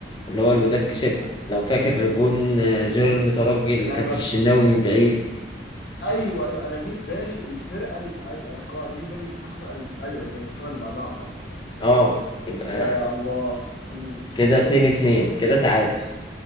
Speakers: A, on the left; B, on the left.
A: اللي هو الوداد كسبها لو فاكر جون آه، زهير المترجي اللي
B: ما
A: كان
B: أنا بك
A: في الشناوي من بعيد
B: أيوه أيوه أنا جه في بالي الفرقة ال... أيوه أيوه، خلاص أنا جه في بالي يكون محمد قلب أيوه يبقى كان السنة اللي بعدها صح صح
A: اه يبقى
B: يا الله مم. مم.
A: كده 2 2
B: سقطتني
A: كده تعادل